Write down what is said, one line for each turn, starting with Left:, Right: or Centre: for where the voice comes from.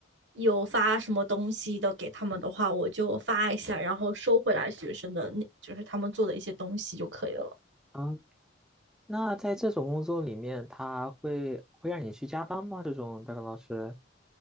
Right: 有发什么东西的给他们的话，我就发一下，然后收回来学生的那就是他们做的一些东西就可以了。
Centre: 啊。那在这种工作里面，他会会让你去加班吗？这种代课老师？